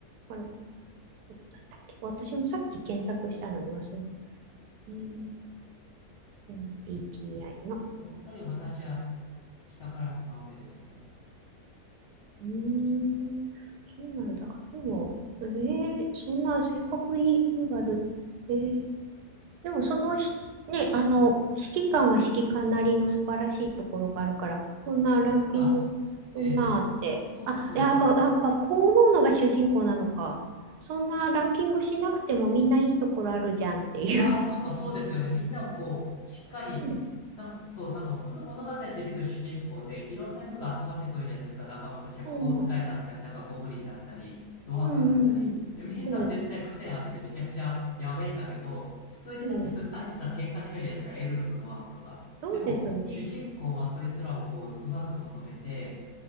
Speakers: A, on the right (about 80°); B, on the left (about 50°).
A: あれ、どこだったっけ私もさっき検索したのに忘れた。えー MBTI の。
B: でやっぱり私は下から2番目ですね。
A: うーん、そうなんだ。でも、えーそんな性格いいわる。えーでもそのひ、ね、あの、指揮官は指揮官なりの素晴らしいところがあるから、そんなランキング、
B: あ、ええそうそう。
A: そんなあって。あ、やっぱ、やっぱこう思うのが主人公なのか。そんなランキングしなくてもみんないいところあるじゃんっていう
B: ああ、そっか、そうですよね。みんなをこう、しっかり、
A: うん。
B: だ、そう、だから本当物語に出てくる主人公で、いろんなやつが集まってくるじゃないですか、仲間として。魔法使いだったり、
A: うん。
B: なんかゴブリンだったり、ドワーフだったり。
A: うんうんうん。
B: で、みんな絶対癖あってめちゃくちゃやべえんだけど、
A: そうですね。
B: 普通にだってそ、
A: うん。うん
B: あいつら喧嘩してるじゃないですか、エルフとドワーフとか。
A: そうですね。
B: でも、主人公はそいつらをこう、うまくまとめて、